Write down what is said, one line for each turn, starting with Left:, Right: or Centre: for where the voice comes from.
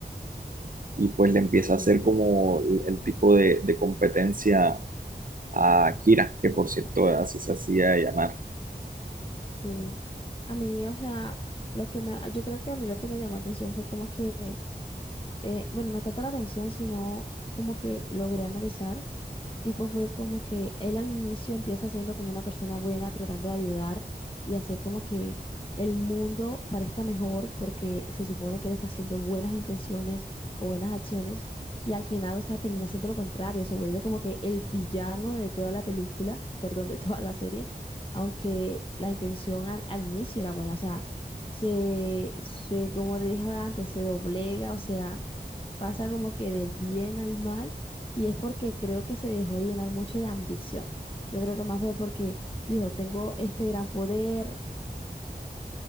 Right: y pues le empieza
Left: Sí.
Right: a hacer como el, el tipo de, de competencia a Kira, que por cierto así se hacía llamar.
Left: Sí, a mí, o sea, lo que me, yo creo que a mí lo que me llamó atención fue como que, eh, bueno, no tanto la atención, sino como que logré analizar Tipo fue como que él al inicio empieza siendo como una persona buena, tratando de ayudar y hacer como que el mundo parezca mejor porque se supone que él está haciendo buenas intenciones o buenas acciones y al final, o sea, termina siendo lo contrario, se vuelve como que el villano de toda la película, <laughs> perdón, de toda la serie, aunque la intención al, al inicio era buena, o sea, se, se, como te dije antes, se doblega, o sea pasa como que del bien al mal y es porque creo que se dejó de llenar mucho de ambición. Yo creo que más fue porque dijo, tengo este gran poder,